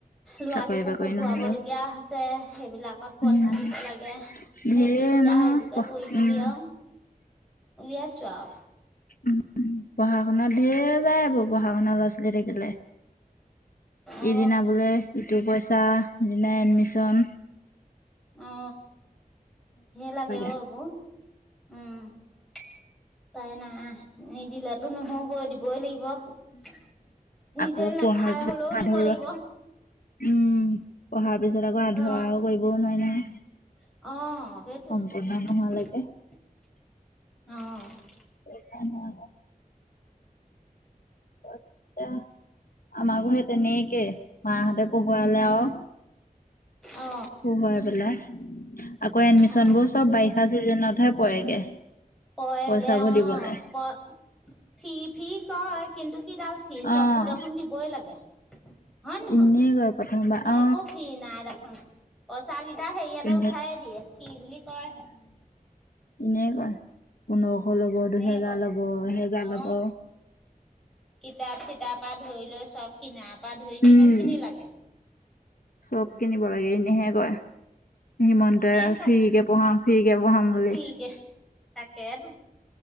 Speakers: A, in the centre; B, on the left.
A: ল'ৰাটোকো
B: চাকৰি বাকৰি
A: পঢ়াব
B: নহলে
A: লগীয়া হৈছে সেইবিলাকত
B: উম,
A: পইচা দিব লাগে। সেই
B: ঢেৰ
A: দিগদাৰ
B: নহয়
A: এইবোৰকে
B: প
A: কৰি মেলি
B: উম,
A: আৰু উলিয়াছো আৰু।
B: উম পঢ়া শুনাত ধেৰ যায় এইবোৰ পঢ়া শুনা ল'ৰা-ছোৱালী থাকিলে।
A: অ,
B: এইদিনা বোলে ইটো পইচা সিদিনা এডমিশন
A: অ, ধেৰ লাগে অ'
B: উম,
A: এইবোৰ, উম উপায় নাই। নিদিলেটো নহ'বই দিবই লাগিব লাগিব নিজে
B: আকৌ
A: নাখাই
B: পঢ়াৰ পিছত
A: হ'লেও
B: আধৰুৱা
A: দিব লাগিব।
B: উম, পঢ়াৰ পিছত আকৌ আধৰুৱা
A: অ
B: কৰিবও নোৱাৰি নহয়।
A: অ'
B: সম্পূৰ্ণ
A: সেইটোৱে
B: নোহোৱালৈকে।
A: অ'
B: উপায় নাই আকৌ। এতিয়া আমাকো সেই তেনেকে মাহঁতে পঢ়োৱালে আৰু
A: অ
B: পঢ়োৱাই পেলাই আকৌ এডমিশচনবোৰ
A: অ
B: চব বাৰিষা চিজনতহে পৰেগে।
A: কৈয়গে
B: পইচাবোৰ
A: উম,
B: দিবলে
A: ফ্ৰি ফ্ৰি কয় কিন্তু কি ডাল ফ্ৰি চববোৰ
B: অ'।
A: দেখোন দিবই লাগে। হয় নহয়
B: এনেই কয় প্ৰথমবাৰ অ
A: একো ফ্ৰি নাই দেখোন। পইচাকেইটা হেৰি এটাটে
B: পোন্ধ
A: উঠাই দিয়ে কি বুলি কয় হে
B: এনে কয় কোনো <unintelligible> ল'ব দুহেজাৰ
A: নে কয়
B: ল'ব এহেজাৰ
A: অ
B: ল'ব
A: কিতাপ চিতাপ পৰা ধৰি লৈ চব কিনাৰ পৰা ধৰি
B: উম
A: কিমান খিনি লাগে।
B: চব
A: উম
B: কিনিব লাগে এনেহে কয় হিমন্তে
A: এনে কোৱা
B: ফি্ৰীকে পঢ়া। বাম বুলি
A: ফ্ৰীকে তাকেতো